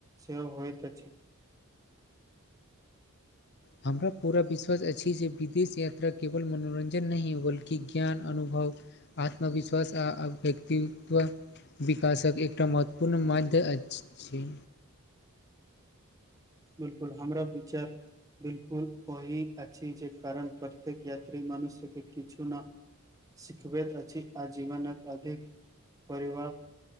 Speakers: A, on the right; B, on the left.
A: सेहो होइत अछि
B: हमरा पूरा विश्वास अछि जे विदेश यात्रा केवल मनोरंजन नहि हो बल्कि ज्ञान अनुभव आत्मविश्वास आ व्यक्तित्व विकास कऽ एक्टा महत्वपूर्ण मध्य अछि
A: बिल्कुल हमरा विचार बिल्कुल ओहि अछि जे कारण पत्येक यात्री मनुष्यके किछु न सिखबैत अछि आ जीवनक अधिक परिवाह